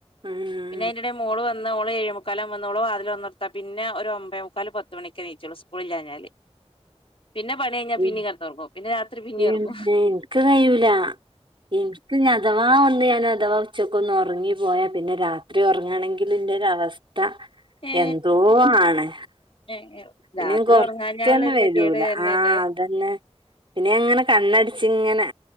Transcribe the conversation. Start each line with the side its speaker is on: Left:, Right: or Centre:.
Right: ഉം.
Left: പിന്നയ്ന്റെടെൽ മോള് വന്ന് ഓള് എയെമുക്കാലാവുമ്പോ വന്ന് ഓള് വാതിൽ തൊർന്നൊട്ത്ത പിന്നെ ഒര് ഒമ്പേ മുക്കാല് പത്ത് മണിക്കെ നീച്ചോളൂ സ്കൂള് ഇല്ലാഞ്ഞാല്. പിന്നെ പണി കഴിഞ്ഞാ
Right: ഉം
Left: പിന്നിം കടന്നൊറങ്ങും പിന്നെ രാത്രി പിന്നേം
Right: പിന്നെ
Left: ഒറങ്ങും
Right: ൻക്ക് കഴൂല ൻക്ക് ഞ അഥവാ ഒന്ന് ഞാൻ അഥവാ ഉച്ചക്കൊന്ന് ഒറങ്ങി പോയാ പിന്നെ രാത്രി ഒറങ്ങാണെങ്കിൽ ഇന്റെരു അവസ്ഥ. സ്ഥ
Left: ഏ
Right: എന്തോ ആണ്.
Left: ഏ
Right: പിന്നെ
Left: രാത്രി
Right: ൻക്ക് ഒറക്കെന്നെ
Left: ഒറങ്ങാഞ്ഞാലുള്ളൊരു
Right: വരൂല
Left: ഗതികേട് തന്നെയല്ലേ
Right: ആഹ അതന്നെ. പിന്നെ ഞാന്ങ്ങനെ കണ്ണടച്ച് ഇങ്ങനെ